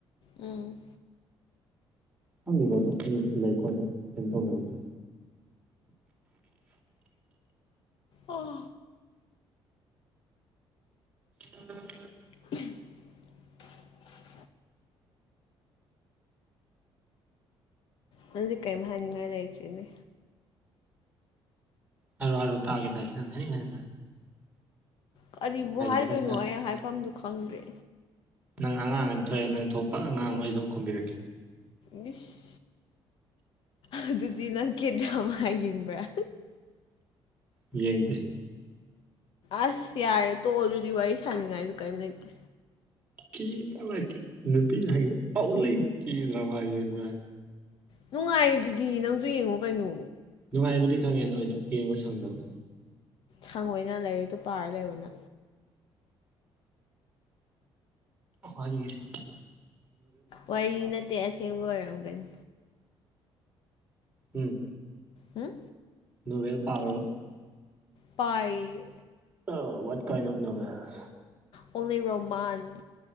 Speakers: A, on the left (about 60°); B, on the right (about 15°).
A: ꯎꯝ
B: ꯈꯪꯗ‌ꯦꯗ ꯑꯗꯣ ꯀꯔꯤ ꯂꯩꯀꯣ ꯑꯗꯨꯝ ꯀꯩꯅꯣ ꯇꯧꯅꯕꯁꯤ
A: ꯑꯣ
B: ꯎꯝ
A: <inaudible> ꯅꯪꯗꯤ ꯀꯔꯤꯝ ꯍꯥꯏꯅꯤꯡꯉꯥꯏ ꯂꯩꯇ꯭ꯔꯤꯅꯦ
B: ꯍꯥꯏꯔꯣ ꯍꯔꯣ ꯇꯥꯒꯦ ꯇꯥꯦ ꯅꯪ ꯍꯥꯏꯅꯤꯡꯣ
A: ꯀꯔꯤꯕꯨ ꯍꯥꯏꯗꯣꯏꯅꯣ
B: ꯊꯣꯛꯑꯦ ꯅꯪ
A: ꯑꯩ ꯍꯥꯏꯐꯝꯗꯨ ꯈꯪꯗ꯭ꯔꯦ
B: ꯅꯪ ꯑꯉꯥꯡ ꯑꯅꯤ ꯊꯣꯛꯑꯦ ꯅꯪ ꯊꯣꯛꯄ ꯄ ꯑꯉꯥꯡꯍꯣꯏ ꯑꯩ ꯑꯗꯨꯝ ꯈꯨꯝꯕꯤꯔꯛꯀꯦ
A: ꯃꯤꯁ ꯑꯗꯨꯗꯤ ꯅꯪꯒꯤꯦ ꯗ꯭ꯔꯃꯥ ꯌꯦꯡꯕ꯭ꯔꯥ
B: ꯌꯦꯡꯗꯦ
A: ꯑꯁ ꯌꯥꯔꯦ ꯇꯣꯛꯑꯣ ꯑꯗꯨꯗꯤ ꯋꯥꯔꯤ ꯁꯥꯥꯟꯅꯤꯡꯉꯥꯏꯗꯨ ꯀꯔꯤꯝ ꯂꯩꯇꯦ
B: ꯀꯦꯟꯗ꯭ꯔꯕ ꯅꯨꯄꯤꯅ ꯍꯥꯏꯪꯉꯗ ꯑꯣꯥꯎꯂꯤ ꯀꯦꯟꯗ꯭ꯔꯕ ꯌꯦꯡꯕ꯭ꯔ ꯍꯥꯏꯅꯤ
A: ꯅꯨꯡꯉꯥꯏꯌꯦ ꯑꯗꯨꯗꯤ ꯅꯪꯁꯨ ꯌꯦꯡꯉꯣ ꯀꯩꯅꯣ
B: ꯅꯨꯡꯉꯥꯏꯕꯕꯨꯗꯤ ꯈꯪꯉꯦꯗꯣ ꯑꯩꯗꯣ ꯌꯦꯡꯕ ꯁꯪꯗꯕ
A: ꯊꯥꯡ ꯑꯣꯏꯅ ꯂꯥꯏꯔꯤꯛꯇꯣ ꯄꯥꯔ ꯂꯩꯕꯅ
B: ꯍꯗꯤ ꯀꯁꯤꯦ
A: ꯋꯥꯔꯤ ꯅꯠꯇꯦ ꯑꯁꯦꯡꯕ ꯑꯣꯏꯔꯝꯒꯅꯤ
B: ꯎꯝ
A: ꯍꯝ
B: ꯅꯣꯕꯦꯜ ꯄꯥꯕ꯭ꯔꯕ
A: ꯄꯥꯏ
B: ꯑ ꯋꯥꯠ ꯀꯥꯏꯟ ꯑꯣꯐ ꯅꯥꯕꯦꯜ
A: ꯑꯣꯂꯏ ꯔꯣꯍꯃꯥꯟ